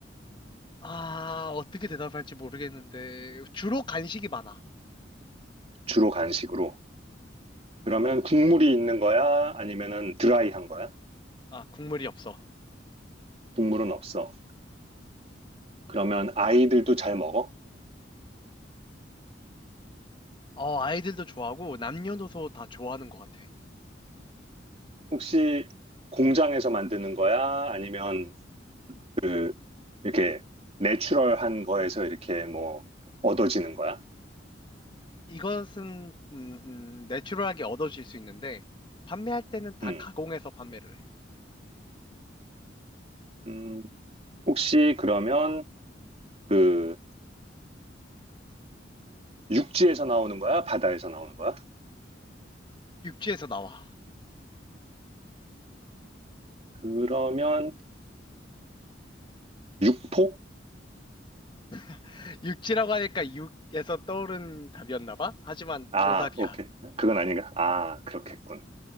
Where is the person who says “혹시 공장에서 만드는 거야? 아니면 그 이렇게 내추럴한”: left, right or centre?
Right